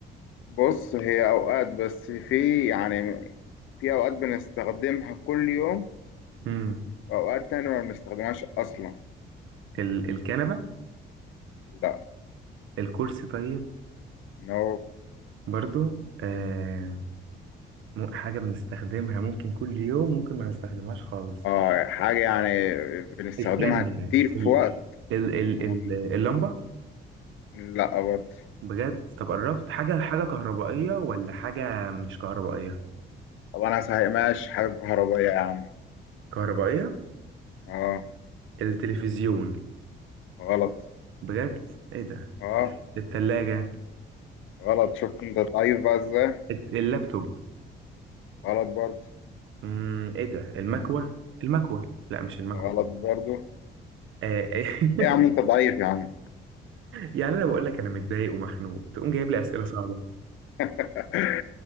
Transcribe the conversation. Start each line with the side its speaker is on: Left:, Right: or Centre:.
Left: بص هي أوقات بس في يعني في أوقات بنستخدمها كل يوم
Right: مم.
Left: وأوقات تانية ما بنستخدمهاش أصلا
Right: ال الكنبة
Left: لا
Right: الكرسي طيب
Left: نو
Right: برضو آه م- حاجة بنستخدمها ممكن كل يوم ممكن ما نستخدمهاش خالص
Left: آه حاجة يعني بنستخدمها
Right: استنى يعني
Left: كتير في وقت
Right: ال ال
Left: وما
Right: ال
Left: بن...
Right: ال اللمبة
Left: لا برضه
Right: بجد طب قربت حاجة حاجة كهربائية ولا حاجة مش كهربائية
Left: طب أنا هسهمهاش حاجة كهربائية يا عم
Right: كهربائية
Left: آه
Right: التلفزيون
Left: غلط
Right: بجد ايه ده
Left: آه
Right: التلاجة
Left: غلط شفت أنت ضعيف بقى إزاي
Right: الت- اللابتوب
Left: غلط برضه
Right: امم ايه ده المكوة المكوة لا مش المكوة
Left: غلط
Right: دي
Left: برضه
Right: آه <laughs>
Left: إيه يا عم أنت ضعيف يا عم
Right: يعني انا بقول لك انا متضايق ومخنوق تقوم جايب لي اسئله صعبه
Left: <laughs>